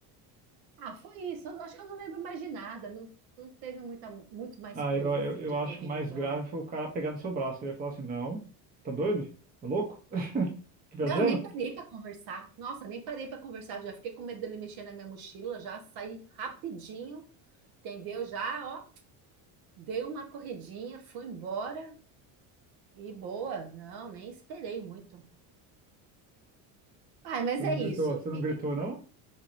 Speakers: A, on the right (about 60°); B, on the right (about 20°).
A: Ah, foi isso. Eu acho que eu não lembro mais de nada. Não, não teve muita, muito mais
B: Ah,
A: coisa
B: eu, eu,
A: assim
B: eu
A: de
B: acho
A: perrengue
B: que o mais grave
A: lá.
B: foi o cara pegar no seu braço. Eu ia falar assim: não, tá doido? Tá louco? <laughs> Tá viajando?
A: Não, nem parei para conversar. Nossa, nem parei para conversar. Já fiquei com medo dele mexer na minha mochila. Já saí rapidinho, entendeu? Já, ó, dei uma corridinha, fui embora e boa. Não, nem esperei muito. Ah, mas
B: Você
A: é
B: não
A: isso.
B: gritou, você não
A: E-
B: gritou,
A: e-
B: não?